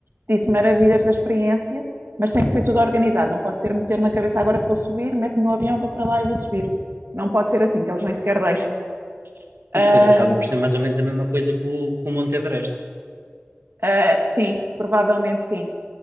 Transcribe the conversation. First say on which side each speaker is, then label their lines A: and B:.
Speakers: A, on the right; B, on the right.
A: disse maravilhas da experiência, mas tem que ser tudo organizado, não pode ser meter na cabeça agora que vou subir, meto-me no avião, vou para lá e vou subir. Não pode ser assim, que eles nem sequer deixam. Ah,
B: Depois acaba por ser mais ou menos a mesma coisa que o, que o Monte Everest.
A: ah, sim, provavelmente sim.